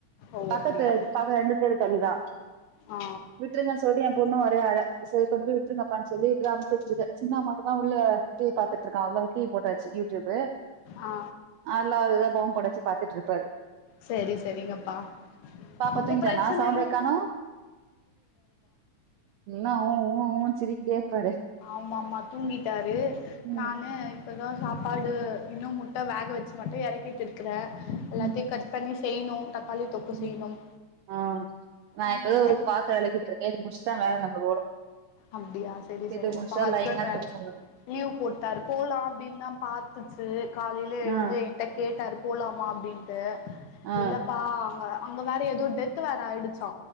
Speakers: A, on the left; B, on the right.
A: ஓ
B: பக்கத்து
A: அப்டியா ஓகே
B: பக்க ரெண்டு தெரு தள்ளிதா
A: ஆ
B: விட்டுருங்க சொல்லி ஏ பொண்ணு ஒரே அழ செரி கொண்டு போய் விட்ருங்கப்பான்னு சொல்லி இப்பதா அனுப்பி வச்சுருக்கே சின்னவ மட்டு தா உள்ள டி வி பாத்துட் இருக்கா <unintelligible> டி வி போட்டாச்சு யூடியூப்பு
A: ஆ
B: அதுல அவ்ரு எதாது பொம் படொ வச்சு பாத்துட் இருப்பாரு
A: செரி செரிங்கப்பா
B: பாப்பா
A: அப்போ
B: தூங்கிட்டானா
A: பிரச்சன
B: சவுண்டே
A: இல்ல
B: காணோ இன்னொ ஊ ஊ ஊ ன்னு சினிங்ட்டே இருப்பாரு
A: ஆமா ஆமா தூங்கிட்டாரு
B: ம்
A: நானு இப்ப தா சாப்பாடு இன்னொ முட்ட வேக வச்சு மட்டு எறக்கிட்டு இருக்குறே எல்லாத்தையு
B: ம்
A: கட் பண்ணி செய்யணு தக்காளி தொக்கு செய்ணும்
B: ம் ஆ நா
A: ம்
B: இப்பதா ஒரு பாத்தரோ வெளக்கிட்டு இருக்கே இது முட்ச்தா வேல நம்மள் ஓடு
A: அப்டியா செரி செரி
B: இது முடிச்சா
A: இப்ப ஹஸ்பண்ட்
B: லைனா
A: வேற
B: திரும்ப
A: லீவு போட்டாரு போலா அப்டின் தா பாத்துச்சு காலைல எழுந்து
B: ஆ
A: என்ட கேட்டாரு போலாமா அப்டின்ட்டு
B: ஆ
A: இல்லப்பா அங்க அங்க வேற எதோ டெத் வேற ஆயிடுச்சா